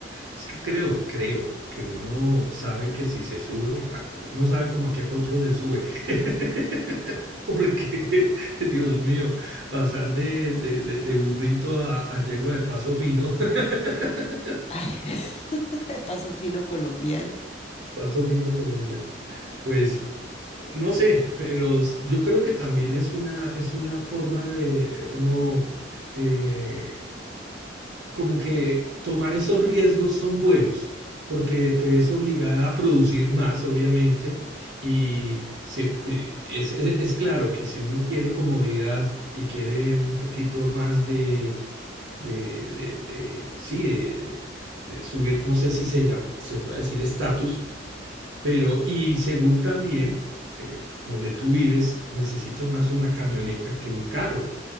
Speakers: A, on the right; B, on the left.
A: es que creo, creo que uno sabe que si se sube, a- uno sabe como a qué potro se sube. <laughs> Porque, Dios mío, pasar de, de- de- de burrito a, a yegua de paso fino, <laughs>
B: Ay, <laughs> de paso fino colombiano.
A: paso fino colombiano. Pues no sé, pero s- yo creo que también es una, es una forma de uno eh, como que tomar esos riesgos son buenos, porque te ves obligada a producir más, obviamente, y se- eh, es, es- es claro que si uno quiere comodidad y quiere un poquito más de, de, de- de- sí, de, de- de subir, no sé si se llama, se puede decir estatus, pero y según también eh, donde tú vives, necesitas más una camioneta que un carro.